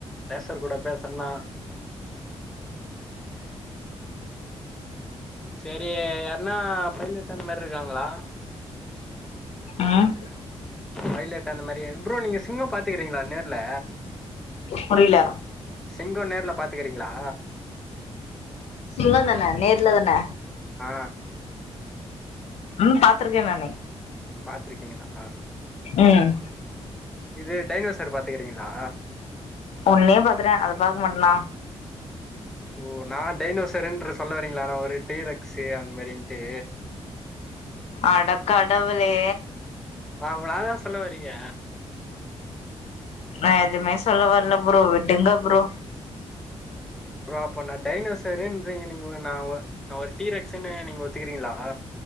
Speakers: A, in the centre; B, on the left.
A: ரேஷர் கூட பேசறன்னா செரி யார்னா பைலட் அந்த மாரி இருக்காங்களா
B: ம்
A: பைலட் அந்த மாரி ப்ரோ நீங்க சிங்கம் பாத்துக்கிறீங்களா நேர்ல
B: புரில
A: சிங்க நேர்ல் பாத்துக்கிறீங்களா
B: சிங்கந் தான நேர்ல தான
A: ஆ
B: ம் பாத்துருக்கே நானே
A: பாத்துருக்கீங்களா
B: ம்
A: இது டைனோசர் பாத்துக்கிறீங்களா
B: ஒன்னே பாத்துட்ட அத பாக்க மாட்டனா
A: ஓ நா டைனோசர்ன்று சொல்ல வரீங்களா நா ஒரு டீரக்ஸ்ஸி அந்த மாரின்ட்டு
B: அடக் கடவுளே
A: அவ்ளாதா சொல்ல வரீங்க
B: நா எதுமே சொல்ல வர்ல ப்ரோ விடுங்க ப்ரோ
A: ப்ரோ அப்ப நா டைனோசருன்றீங்க நீங்கோ நா ஒரு நா ஒரு டீரக்ஸ்ஸுன்னு நீங்க ஒத்துக்கிறீங்களா